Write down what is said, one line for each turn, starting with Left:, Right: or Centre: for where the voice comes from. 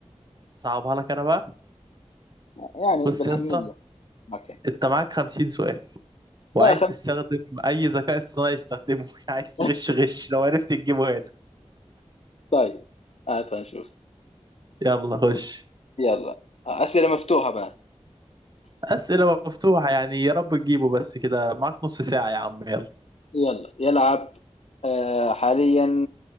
Right: صعبها لك أنا بقى
Left: يعني
Right: بص
Left: بالحنية
Right: يا اسطى
Left: أوكي
Right: أنت معاك 50 سؤال وعايز
Left: لا خمسة
Right: تستخدم أي ذكاء اصطناعي استخدمه <laughs> عايز تغش
Left: <laughs>
Right: غش لو عرفت تجيبه هات
Left: طيب هات آه نشوف
Right: يلا خش
Left: يلا أسئلة مفتوحة بقى
Right: أسئلة مفتوحة يعني يا رب تجيبه بس كده معاك نص ساعة يا عم يلا
Left: يلا يلعب آه، حاليا